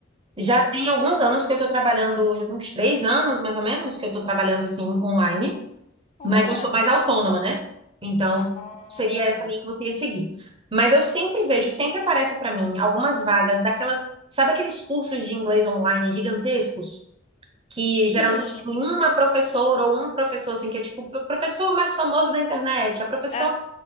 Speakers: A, on the right (about 25°); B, on the left (about 35°).
A: Já
B: Conte.
A: tem alguns anos que eu tô trabalhando, já tem uns três anos mais ou menos que eu tô trabalhando assim online.
B: Olha.
A: Mas eu sou mais autônoma, né? Então,
B: Ah,
A: seria essa linha que você ia seguir. Mas eu sempre vejo, sempre aparece para mim algumas vagas daquelas, sabe aqueles cursos de inglês online gigantescos? Que geralmente
B: sim.
A: tem uma professora ou um professor, assim, que é tipo o professor mais famoso da internet, a professora
B: Ah,